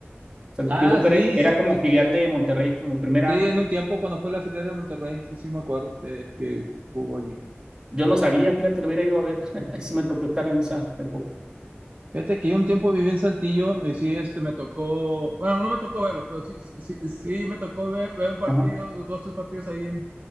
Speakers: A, on the right (about 20°); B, on the right (about 40°).
A: O sea,
B: Ah,
A: pienso que
B: sí,
A: era era
B: sí,
A: como
B: sí,
A: filial de Monterrey, como primera.
B: sí, en un tiempo cuando fue la filial de Monterrey, sí, sí, me acuerdo que, que hubo allí.
A: Yo no sabía, fíjate, lo hubiera ido a ver. <laughs> Ahí sí me tocó estar en esa época.
B: Fíjate que yo un tiempo viví en Saltillo y sí, este, me tocó, bueno, no me tocó verlos, pero sí, sí, sí sí me tocó ver, ver un partido,
A: Ajá,
B: dos, tres partidos ahí en,